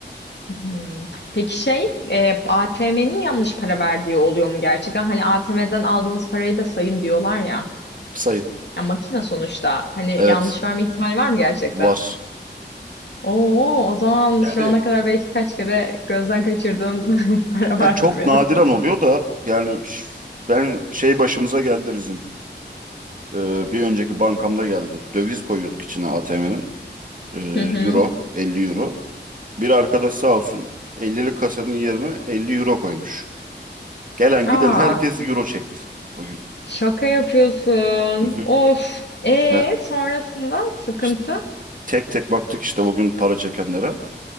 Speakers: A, on the left; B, on the right.
A: Hmm. Peki şey, e, ATM'nin yanlış para verdiği oluyor mu gerçekten? Hani ATM'den aldığınız parayı da sayın diyorlar ya.
B: Sayın.
A: Ya makine sonuçta. Hani
B: Evet,
A: yanlış verme ihtimali var mı gerçekten?
B: var.
A: Oo, o zaman
B: Yani
A: şu ana kadar belki kaç kere gözden kaçırdığım <laughs> para
B: ya
A: vardır
B: çok
A: benim.
B: nadiren oluyor da yani ş- ben şey başımıza geldi bizim. Ee, bir önceki bankamda geldi. Döviz koyuyorduk içine ATM'nin. Ee,
A: Hı hı.
B: euro, 50 euro. Bir arkadaş sağ olsun 50'lik kasanın yerine 50 euro koymuş. Gelen
A: Aa,
B: giden herkes euro çekti o gün.
A: şaka yapıyorsun.
B: Hı hı.
A: Of. E
B: Ya
A: sonrasında sıkıntı.
B: işte tek tek baktık işte o gün para çekenlere